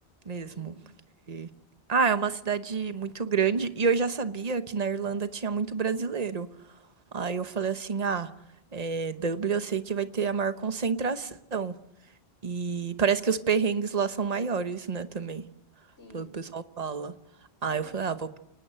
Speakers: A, on the right (about 40°); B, on the left (about 90°).
A: mesmo.
B: sim,
A: porque- Ah, é uma cidade muito grande e eu já sabia que na Irlanda tinha muito brasileiro. Aí eu falei assim: ah, é, Dublin eu sei que vai ter a maior concentração. E parece que os perrengues lá são maiores, né, também,
B: sim.
A: pelo que o pessoal fala. Aí
B: E você,
A: eu falei: ah, vou.